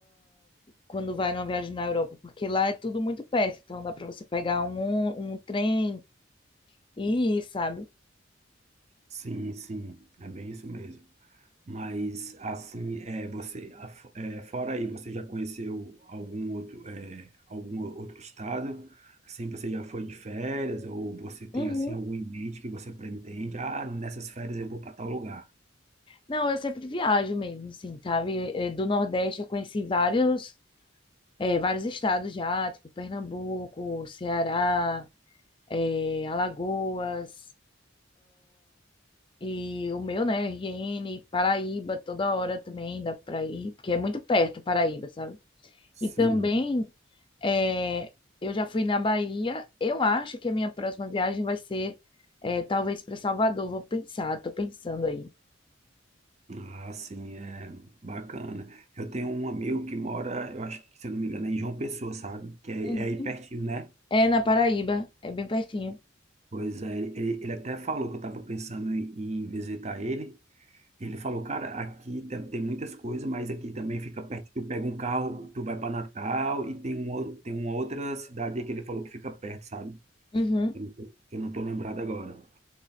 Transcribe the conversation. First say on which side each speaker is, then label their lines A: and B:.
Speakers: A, on the left; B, on the right.
A: quando vai numa viagem na Europa, porque lá é tudo muito perto, então dá para você pegar um, um trem e ir, sabe?
B: Sim, sim, é bem isso mesmo. Mas assim, é, você, a- é, fora aí, você já conheceu algum outro, é, algum outro estado? Assim, você já foi de férias ou você tem
A: Uhum.
B: assim algum em mente que você pretende? Ah, nessas férias eu vou para tal lugar.
A: Não, eu sempre viajo mesmo, assim, sabe? Eh, Do Nordeste eu conheci vários, eh, vários estados já, tipo Pernambuco, Ceará, eh, Alagoas, e o meu, né, RN, Paraíba, toda hora também dá pra ir, porque é muito perto Paraíba, sabe?
B: Sim.
A: E também é, eu já fui na Bahia. Eu acho que a minha próxima viagem vai ser é, talvez para Salvador. Vou pensar, tô pensando aí.
B: Ah, sim, é bacana. Eu tenho um amigo que mora, eu acho que, se eu não me engano, é em João Pessoa, sabe? Que é,
A: Uhum.
B: é aí pertinho, né?
A: É na Paraíba, é bem pertinho.
B: Pois é, ele, ele ele até falou que eu estava pensando em, em visitar ele. Ele falou, cara, aqui tem, tem muitas coisas, mas aqui também fica perto. Tu pega um carro, tu vai para Natal e tem, um, outro- tem uma outra cidade aí que ele falou que fica perto, sabe?
A: Uhum.
B: Eu não tô, eu não tô lembrado agora.